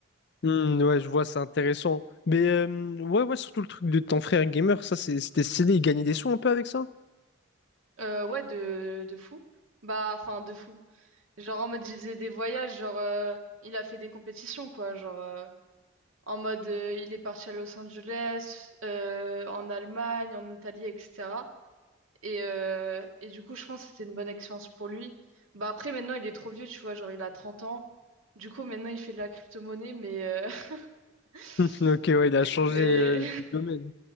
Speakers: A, on the left; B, on the right.
A: Hmm, ouais, je vois, c'est intéressant. Mais euh, ouais, ouais, surtout le truc de ton frère gamer, ça c'est- c'était stylé, il gagnait des sous un peu avec ça?
B: Euh, ouais, de, de fou. Bah, enfin, de fou. Genre en mode il faisait des voyages, genre euh, il a fait des compétitions quoi, genre euh, en mode euh, il est parti à Los Angeles, euh, en Allemagne, en Italie, etc. Et, euh, et du coup je pense que c'était une bonne expérience pour lui. Bah après maintenant il est trop vieux, tu vois, genre il a 30 ans. Du coup maintenant il fait de la crypto-monnaie, mais, euh,
A: <laughs>
B: <laughs>
A: Ok, ouais,
B: mais,
A: il a changé euh, de domaine.